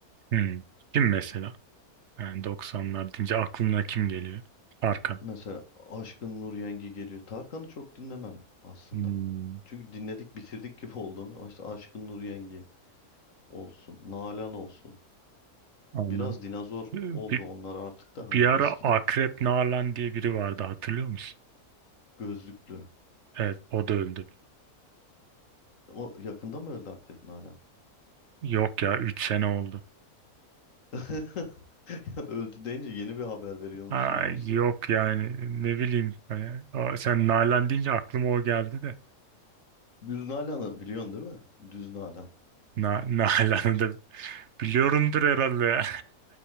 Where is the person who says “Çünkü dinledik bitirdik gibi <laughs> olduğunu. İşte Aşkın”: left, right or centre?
Left